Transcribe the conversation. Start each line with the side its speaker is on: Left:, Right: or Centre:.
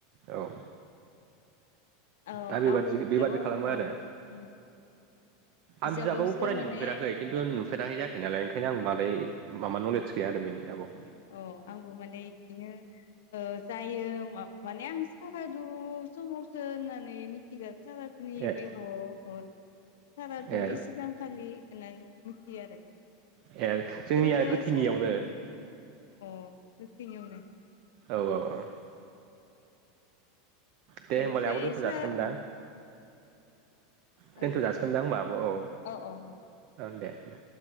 Right: औ।
Left: औ
Right: दा बेबादि
Left: आंबो बिजाबाव
Right: बेबादि खालामो
Left: अ
Right: आरो।
Left: उम बिजाबावसो
Right: आं बिजाबाबबो फरायनो
Left: माने
Right: मोनफेराखै खिन्थु
Left: अ
Right: नुफेराखै जायाखै नालाय। ओंखायनो आं बांद्राय माबा नलेज गैया आरो बेनि आबाव।
Left: अ आंबो माने बिदिनो ओ जायो मा माने आं सारादु समावसो होननानै मिथिगा सारादुनि
Right: ए
Left: बे ह-हर सारादुनि
Right: ए
Left: सि गां खालि होननानै मिथियो आरो
Right: ए जोंनिया
Left: ओरैनो
Right: गोथैनियावनो
Left: सारा ओं अ बेथिंयावनो
Right: औ औ ओं। दे
Left: ओनिफ्राय
Right: होमबालाय आब' दोनथ'
Left: सा
Right: जासिगोनदां
Left: ओ
Right: दोनथ'
Left: ना
Right: जासिगोन दां होमबा आब' औ
Left: औ औ
Right: ओं दे दे।